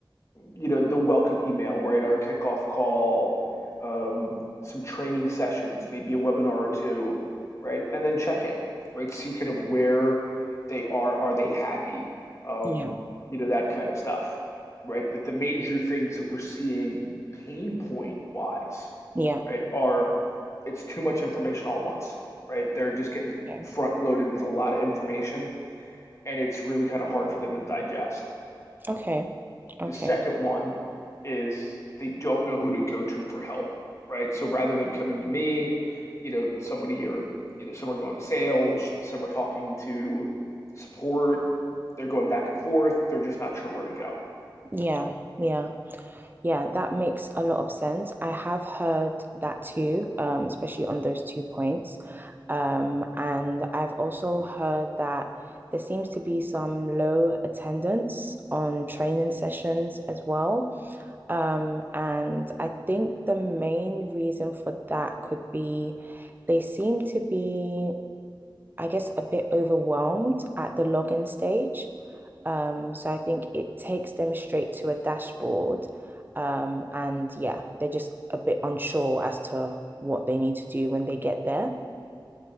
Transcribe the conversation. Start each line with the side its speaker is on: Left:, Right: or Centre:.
Left: you know, the welcome email, right? Our kickoff call, um, some training sessions, maybe a webinar or two, right? And then check in, right? See kind of where they are. Are they happy? Um,
Right: Yeah.
Left: you know, that kind of stuff, right? But the major things that we're seeing pain point wise,
Right: Yeah.
Left: right, are it's too much information all once, right? They're just getting
Right: Okay.
Left: front loaded with a lot of information and it's really kind of hard for them to digest
Right: Okay. Okay.
Left: the second one is they don't know who to go to for help, right? So rather than coming to me, you know, somebody or, you know, some are going to sales, some are talking to support, they're going back and forth, they're just not sure where to go.
Right: Yeah. Yeah. Yeah. That makes a lot of sense. I have heard that too, um, especially on those two points. Um, and I've also heard that there seems to be some low attendance on training sessions as well. Um, and I think the main reason for that could be they seem to be I guess, a bit overwhelmed at the login stage. Um, so I think it takes them straight to a dashboard. Um, and yeah, they're just a bit unsure as to what they need to do when they get there.